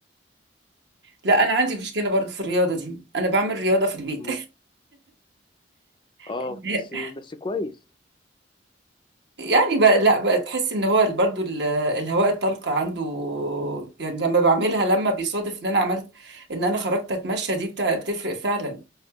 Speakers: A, on the right (about 65°); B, on the left (about 25°).
A: لا انا عندي مشكله برضو في الرياضه دي انا بعمل رياضه في البيت
B: مم. اه
A: <laughs>
B: بس بس كويس
A: يعني بقى لا بقى تحس ان هو برضو ال- الهواء الطلق عنده يعني لما بعملها لما بيصادف ان انا عملت ان انا خرجت اتمشى دي بتاع بتفرق فعلا